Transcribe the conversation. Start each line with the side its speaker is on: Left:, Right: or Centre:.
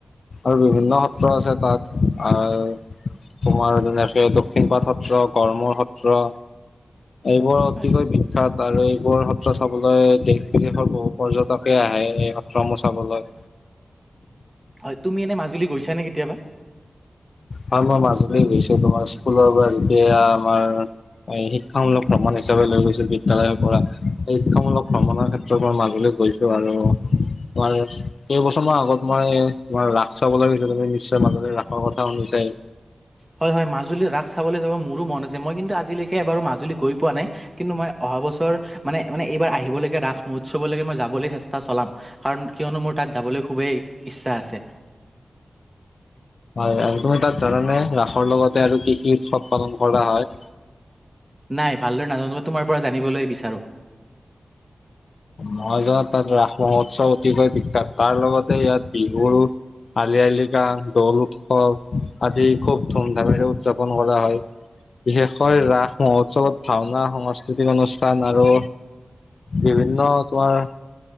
Left: আৰু বিভিন্ন সত্ৰ আছে তাত। আৰু তোমাৰ যেনেকে দক্ষিণ পাট সত্ৰ, গমূৰ সত্ৰ, এইবোৰ অতিকৈ
Right: হয়
Left: বিখ্যাত আৰু এইবোৰ সত্ৰ চাবলৈ বিদেশৰ বহু পৰ্যটকে আহে এই সত্ৰ সমূহ চাবলৈ।
Right: হয় তুমি এনে মাজুলী গৈছানে কেতিয়াবা?
Left: হয় মই মাজুলী গৈছো তোমাৰ স্কুলৰ পৰা যেতিয়া আমাৰ হয় শিক্ষামূলক ভ্ৰমণ হিচাপে লৈ গৈছো বিদ্যালয়ৰ পৰা, শিক্ষামূলক ভ্ৰমণৰ ক্ষেত্ৰত মই মাজুলী গৈ ত আৰু তোমাৰ কেইবছৰমান আগত মই তোমাৰ ৰাস চাব লাগৈছ তুমি নিশ্চয় মাজতে ৰাস খৰ কথা শুনিছায়ে।
Right: হয় হয় মাজুলীৰ ৰাস চাবলৈ যাব মোৰো মন আছে মই কিন্তু আজিলৈকে বাৰু মাজুলী গৈ পোৱা নাই। কিন্তু মই অহা বছৰ মানে মানে এইবাৰ আহিবলৈগে ৰাস মহোৎসৱলৈকে মই যাবলৈ চেষ্টা চলাম। কাৰণ কিয়নো মোৰ তাত যাবলৈ খুবেই ইচ্ছা আছে।
Left: হয় আৰু তুমি তাত জানানে ৰাসৰ লগতে আৰু কৃষি উৎসৱ পালন কৰা হয়?
Right: নাই ভালদৰে নাজানো মই তোমাৰ পৰা জানিবলৈ বিচাৰো।
Left: মই জনাত তাত ৰাস মহোৎসৱ অতিকৈ বিখ্যাত তাৰ লগতে ইয়াত বিহুৰো আলি আই লৃগাং, দৌল উৎসৱ আদি খুব ধুম ধামেৰে উদযাপন কৰা হয়। বিশেষকৈ ৰাস মহোৎসৱত ভাওনা সংস্কৃতিক অনুষ্ঠান আৰু বিভিন্ন তোমাৰ